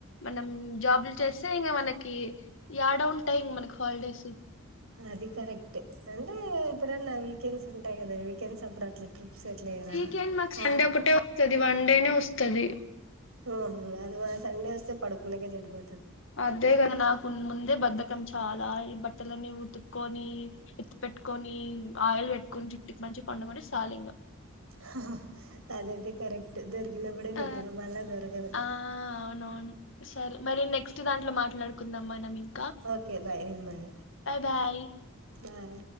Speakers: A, on the left; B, on the right.
A: మనం జాబ్లు చేస్తే ఇంగ మనకి యాడ ఉంటాయి ఇంగ మనకి హాలిడేస్?
B: అది కరెక్టే. రండి. ఎప్పుడన్న, వీకెండ్స్. మీకు ఉంటాయి కదా వీకెండ్స్, సప్పుడు అట్లా ట్రా. సెటిల్ అయ్యారా?
A: వీకెండ్ మాకు సండే
B: ఆక్
A: ఒకటే వస్తది వన్ డేనే వస్తది
B: ఉహు, ఆదివా సండే వస్తే పడుకునేకి చెడిపో.
A: అద్దే గదా నాకు. మున్ ముందే బద్ధకం! చాలా ఇ. బట్టలన్నీ ఉతుక్కోని. పెట్టుకొని ఆయిల్ పెట్టుకొని జుట్టుకి, మంచిగా పండుకొంటే సాలింగా!
B: హా హా హా, అదైతే కరెక్ట్. దొరి కినప్పుడే,
A: ఆ
B: నిద్ర మల్ల దొరకదు.
A: ఆ అవునవును సరే మరి, నెక్స్ట్ దాంట్లో మాట్లాడుకుందాం మనం. ఇం
B: ఓకే బాయ్, ఇంబయ
A: బాయ్
B: బాయ్.